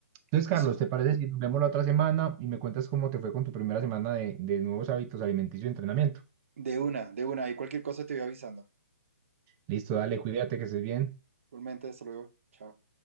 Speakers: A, on the right (about 20°); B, on the right (about 60°).
A: Entonces,
B: Listo.
A: Carlos, ¿te parece si nos vemos la otra semana y me cuentas cómo te fue con tu primera semana de, de nuevos hábitos alimenticios y entrenamiento?
B: De una, de una. Y cualquier cosa te voy avisando.
A: Listo, dale, cuídate, que estés bien.
B: Igualmente, hasta luego. Chao.